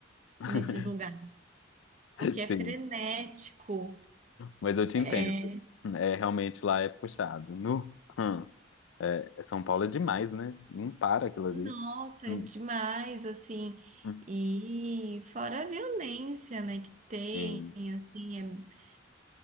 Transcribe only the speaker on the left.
<laughs>
Sim,
mas eu te
entendo. É, realmente lá é puxado. Nu. Hum. É, é São Paulo é demais, né? Não para aquilo ali.
Hum,
hum.
Sim.